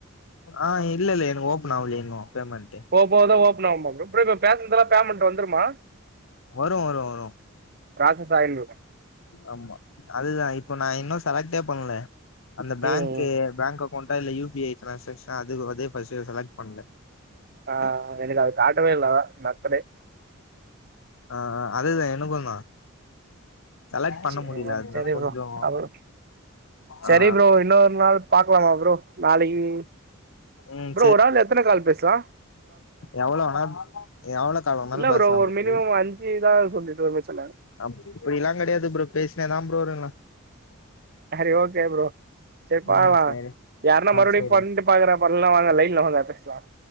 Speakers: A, on the left; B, on the right.
A: ஆ இல்ல இல்ல எனக்கு ஓப்பன் ஆவலயே இன்னு பேமெண்ட்டு
B: போவ போவதா ஓப்பன் ஆவுமா ப்ரோ ப்ரோ நா பேசுனதுலா பேமெணட் வந்துருமா
A: வரு வரு வரு
B: ப்ராசஸ் ஆய்லு
A: ஆமா அதுதா இப்ப நா இன்னு செலக்டே பண்ல அந்த பேங்க்கு
B: ம் ம்
A: பேங்க் அக்கௌண்டா இல்ல யூ பி ஐ டிரான்ஸாக்ஷா அது அதே ஃபஸ்ட்டு செலெக்ட் பண்ணுங்க
B: ஆ எனக்கு அது காட்டவே இல்ல மக்கடி
A: ஆ ஆ அதுதா எனக்குந்தா செலெக்ட் பண்ண
B: சரி
A: முடில அதுனா
B: சரி
A: கொஞ்சோ
B: ப்ரோ அப்புறம் சரி
A: ஆ ஆ
B: ப்ரோ இன்னொரு நாள் பாக்கலாமா ப்ரோ நாளைக்கு
A: ம்
B: ப்ரோ ஒரு ஆள் எத்தன கால் பேசலா
A: எவ்ள வேனா எவ்ள கால் வேணாலு
B: இல்ல
A: பேசலா
B: ஒரு
A: ப்ரோ
B: மினிமம் அஞ்சு தா சொல்லிட்டு ப்ரச்சன
A: அப்டில்லாம் கிடையாது ப்ரோ பேசிங்னோ தா ப்ரோ இருக்ரோ
B: சரி ஓகே ப்ரோ சரி பாக்லா
A: ம் சேரி
B: யாருன்னா
A: ஆ
B: மறுபடியூ
A: சேரி
B: பண்ணிட்டு பாக்குறேன்ப்பா இல்லனா வாங்க லைன்ல வாங்க பேசலா